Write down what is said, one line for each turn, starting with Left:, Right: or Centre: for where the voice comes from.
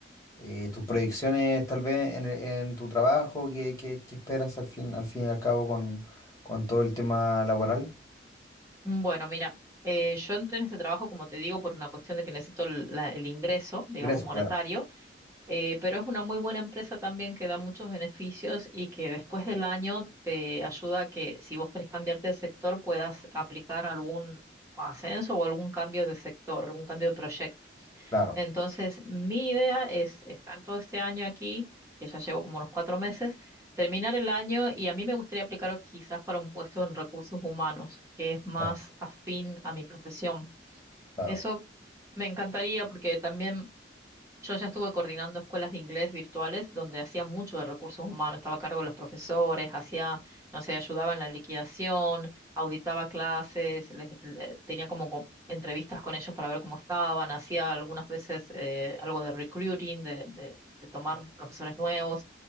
Left: eh, tus proyecciones, tal vez en, el- en tu trabajo, qué, qué- qué esperas al fin, al fin y al cabo con, con todo el tema laboral.
Right: Bueno, mira, eh, yo entré en ese trabajo, como te digo, por una cuestión de que necesito el, la- el ingreso, digamos,
Left: Ingreso,
Right: monetario,
Left: claro,
Right: eh, pero es una muy buena empresa también que da muchos beneficios y que después del año te ayuda a que si vos querés cambiarte de sector puedas aplicar algún ascenso o algún cambio de sector, algún cambio de proyecto.
Left: claro,
Right: Entonces, mi idea es estar todo este año aquí, que ya llevo como unos cuatro meses, terminar el año y a mí me gustaría aplicar quizás para un puesto en recursos humanos, que es más
Left: ya,
Right: afín a mi profesión.
Left: claro,
Right: Eso me encantaría porque también yo ya estuve coordinando escuelas de inglés virtuales donde hacía mucho de recursos humanos, estaba a cargo de los profesores, hacía, no sé, ayudaba en la liquidación, auditaba clases, les- le- tenía como co- entrevistas con ellos para ver cómo estaban, hacía algunas veces eh, algo de recruiting, de, de, de tomar profesores nuevos.